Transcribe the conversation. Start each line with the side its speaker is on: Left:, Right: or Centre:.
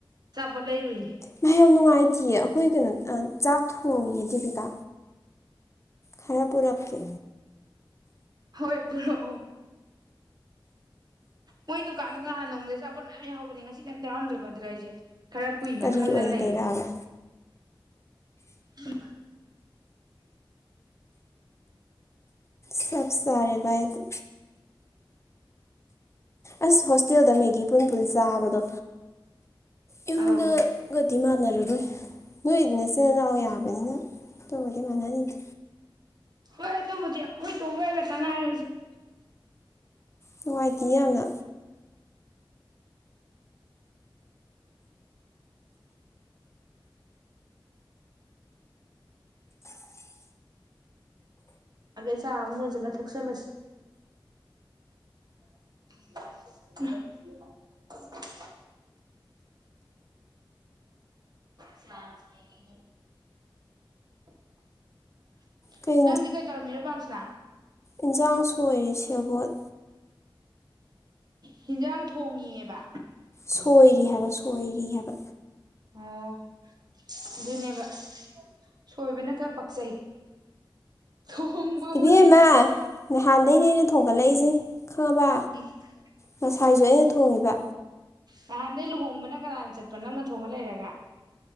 Right: ꯑꯆꯥꯄꯣꯠ ꯂꯩꯔꯨꯏꯅꯦ
Left: ꯃꯥ ꯌꯥꯝ ꯅꯨꯡꯉꯥꯏꯇꯦꯌꯦ ꯑꯩꯈꯣꯏ ꯀꯩꯅꯣ ꯆꯥꯛ ꯊꯣꯡꯉꯤꯌꯦ ꯑꯗꯨꯗꯨꯒ ꯈꯔ ꯄꯨꯔꯛꯀꯦ
Right: ꯍꯣꯏ ꯄꯨꯔꯛꯑꯣ ꯃꯣꯏ ꯗꯨꯀꯥꯟꯗꯣ ꯅꯍꯥꯟ ꯅꯣꯡꯃꯗꯤ ꯑꯆꯥꯄꯣꯠ ꯃꯌꯥꯝ ꯌꯥꯎꯍꯧꯕꯅꯦ ꯉꯁꯤꯗꯤ ꯑꯝꯇ ꯌꯥꯎꯔꯝꯗ꯭ꯔꯕ ꯑꯗꯨꯗ ꯑꯩꯁꯦ ꯈꯔ ꯀꯨꯏꯅ
Left: ꯀꯔꯤ
Right: ꯈꯜꯂ
Left: ꯑꯣꯏꯅ
Right: ꯂꯩꯔꯦ
Left: ꯂꯩꯔꯛꯑꯕ
Right: ꯁꯤꯃ <unintelligible>
Left: ꯁꯞ ꯆꯥꯔꯦꯕ ꯑꯩꯗꯣ ꯑꯁ ꯍꯣꯁꯇꯦꯜꯗ ꯃꯦꯒꯤ ꯄꯨꯟ ꯄꯨꯟ ꯆꯥꯕꯗꯣ ꯌꯨꯝꯗ
Right: ꯑꯧ
Left: ꯀꯗꯤ ꯃꯥꯅꯔꯔꯣꯏ ꯅꯣꯢꯗꯤ ꯅꯆꯤꯟ ꯅꯅꯥꯎ ꯌꯥꯝꯕꯅꯤꯅ ꯑꯗꯨꯕꯨꯗꯤ ꯃꯥꯅꯅꯤꯅꯦ
Right: ꯍꯣꯏ ꯑꯗꯨꯕꯨꯗꯤ ꯑꯩꯈꯣꯏ ꯇꯣꯡꯕ ꯈꯥꯛꯇ ꯉꯥꯏꯔꯦ ꯍꯧꯖꯤꯛꯇꯤ
Left: ꯅꯨꯡꯉꯥꯏꯇꯦꯌꯦ ꯌꯥꯝꯅ
Right: ꯑꯗꯨꯗ ꯆꯥ ꯑꯃꯨꯛ ꯂꯣꯟꯁꯤꯜꯂ ꯊꯛꯆꯜꯂꯁꯤ <unintelligible> ꯁꯅꯥ ꯁꯅꯥꯅ <unintelligible>
Left: ꯀꯩ
Right: ꯅꯪꯗꯤ ꯀꯩꯗꯧꯔꯝꯃꯤꯅꯣ ꯄꯥꯟꯁꯅꯥ
Left: ꯏꯟꯁꯥꯡ ꯁꯣꯏꯔꯤ ꯁꯦꯕꯣꯠ
Right: ꯍꯟꯖꯥꯡ ꯊꯣꯡꯉꯤꯑꯦꯕ
Left: ꯁꯣꯏꯔꯤ ꯍꯥꯏꯕ ꯁꯣꯏꯔꯤ ꯍꯥꯏꯕ
Right: ꯑꯥ ꯑꯗꯨꯅꯦꯕ ꯁꯣꯏꯕꯅ ꯈꯔ ꯄꯛꯆꯩ ꯊꯣꯡꯕꯕꯨꯗꯤ
Left: ꯏꯕꯦꯝꯃ ꯅꯍꯥꯟꯗꯒꯤꯅꯦ ꯑꯩꯅ ꯊꯣꯡꯒꯠꯂꯛꯏꯁꯦ ꯈꯪꯉꯕ
Right: ꯏ
Left: ꯉꯁꯥꯏꯁꯨ
Right: ꯏꯁ
Left: ꯑꯩꯅ ꯊꯣꯡꯉꯤꯕ
Right: ꯅꯍꯥꯟꯗꯩ ꯂꯨꯍꯣꯡꯕꯅ ꯀꯅꯥꯅ ꯆꯠꯄ ꯅꯪꯅ ꯊꯣꯡꯉ ꯂꯩꯔꯒ